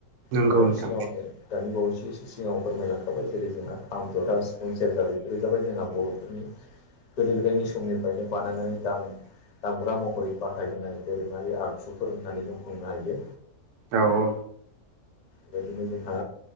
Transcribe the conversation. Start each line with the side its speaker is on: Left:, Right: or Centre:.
Right: नंगौ
Left: नोंथांनि
Right: नोंथां
Left: सिगाङावनो दानि बावैसो एसे सिगाङाव फोरमायलांखाबाय जेरै जोंहा खाम जथा सिफुं सेरजा बेफोरो जाबाय जोंहा बर'फोरनि गोदो गोदायनि समनिफ्रायनो बानायनानैा दाम-दामग्रा महरै बाहायबोनाय दोरोङारि आगजुफोर होननानै जों बुंनो हायो
Right: औ औ
Left: बेबायदिनो जोंहा